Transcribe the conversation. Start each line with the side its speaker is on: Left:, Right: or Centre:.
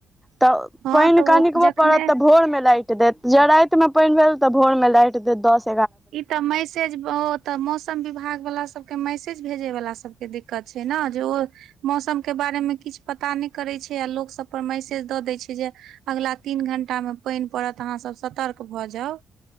Centre: त
Right: हँ
Centre: पानि
Right: तऽ
Centre: कनिकबो
Right: ओ जखने
Centre: पड़त त भोर में लाइट देत ज राति मे पानि भेल त भोर मे लाइट कैट जायत
Right: ई त मैस मैसेज ओ त मौसम विभाग वला सबके मैसेज भेजै वला सबके दिकत छै ने जे ओ मौसम के बारे मे किछ पता नहि करैत छै आ लोक सब पर मैसेज द दै छै जे अगिला तीन घंटा में पानि पड़त अहाँ सब सतर्क भ जाउ